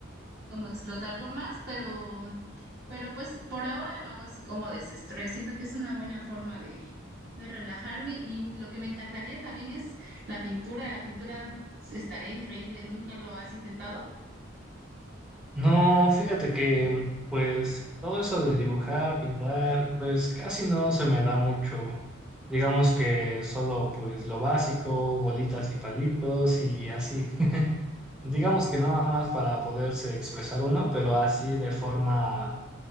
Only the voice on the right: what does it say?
como explotarlo más, pero, pero pues por ahora lo hago así como desestrés. Siento que es una buena forma de, de relajarme y lo que me encantaría también es la pintura. La pintura estaría increíble. ¿Nunca lo has intentado?